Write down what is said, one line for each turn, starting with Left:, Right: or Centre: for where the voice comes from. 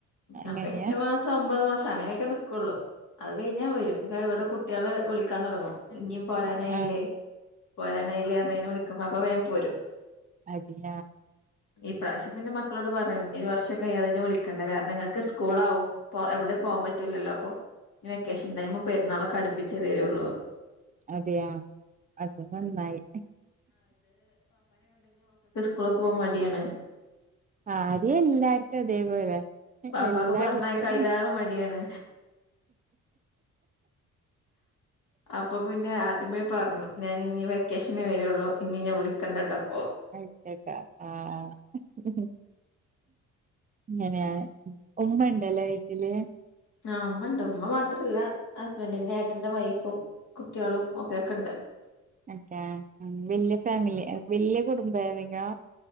Right: അങ്ങനെയാ
Left: അപ്പൊ എട്ട് മാസം ഒമ്പത് മാസം അങ്ങനെയൊക്കെ നിക്കുള്ളു. അത് കഴിഞ്ഞാൽ വരും ഇവിടെ കുട്ട്യേള് വിളിക്കാൻ തുടങ്ങും. ഇഞ് പോരാനായില്ലേ
Right: ആഹ്
Left: പോരാനായില്ലേർഞ്ഞേന് വിളിക്കും. അപ്പൊ വേം പോരും.
Right: അടിയ
Left: ഈ പ്രാവശ്യം പിന്നെ മക്കളോട് പറയും. ഒരു വർഷം കഴിയാതെ എന്നെ വിളിക്കണ്ട കാരണം ഇങ്ങൾക്ക് സ്കൂളാവും. പ്പോ എവിടെ പോവാൻ പറ്റൂലല്ലോ അപ്പൊ വെക്കേഷൻ ടൈമും പെരുന്നാളൊക്കെ അടുപ്പിച്ചേ വരൊള്ളു.
Right: അതെയ അത് നന്നായി.
Left: സ്കൂള് പോവാൻ മടിയാണ്.
Right: ആദ്യം എല്ലാർക്കും അതേപോലെ
Left: പാപ്പാക്ക്
Right: എല്ലാ
Left: പറഞ്ഞയക്കാൻ
Right: കുട്ടികളും
Left: അയിലേറെ മടിയാണ്. അപ്പൊ പിന്നെ അദ്യമേ പറഞ്ഞു. ഞാൻ ഇനി വെക്കേഷനെ വരുള്ളൂ. ഇഞ് ഇന്നെ വിളിക്കണ്ടട്ടോ.
Right: <unintelligible> ഇങ്ങനെയ. ഉമ്മ ഇണ്ടല്ലേ വീട്ടില്.
Left: ആഹ് ഉമ്മണ്ട് ഉമ്മ മാത്രല്ല ഹസ്ബൻഡ്ന്റെ ഏട്ടന്റെ വൈഫും. കുട്ട്യേളും ഒകെക്കെണ്ട്.
Right: അക്കെ. വല്യ ഫാമിലി വല്യ കുടുംബെ വിനോ